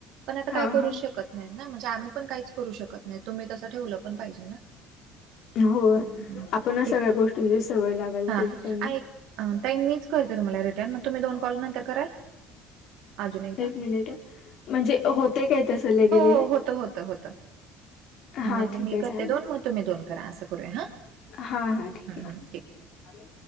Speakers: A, on the right; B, on the left.
A: पण आता काय
B: हा
A: करूच
B: हा
A: शकत नाहीत ना म्हणजे आम्ही पण काहीच करू शकत नाही तुम्ही तसं ठेवलं पण पाहिजे ना.
B: होय
A: हम्म.
B: आपण
A: ठीक
B: सगळ्या
A: आहे
B: गोष्टींची सवय लावायला
A: हा
B: पाहिजे त्यांना.
A: ऐक ताई मीच करते तुम्हाला रिटर्न मग तुम्ही दोन कॉल नंतर कराल. अजून एकदा
B: एक मिनिट म्हणजे होते काय तसं लगे
A: हो
B: लगे
A: हो, होत होत होतं.
B: हा
A: मण
B: ठीक
A: मी
B: आहे
A: करते
B: चालेल
A: दोन मग तुम्ही दोन करा असं करूया हा,
B: हा हा, ठीक
A: हम्म
B: आहे.
A: हम्म